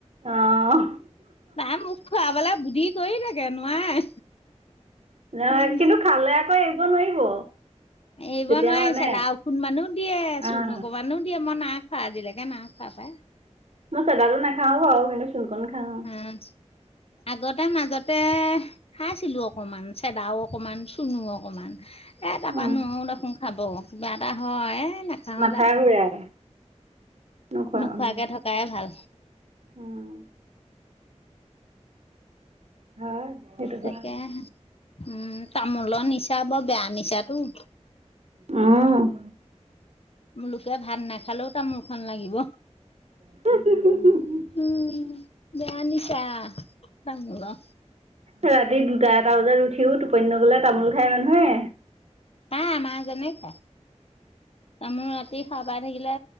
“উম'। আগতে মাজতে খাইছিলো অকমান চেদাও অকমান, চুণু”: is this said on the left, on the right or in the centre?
Left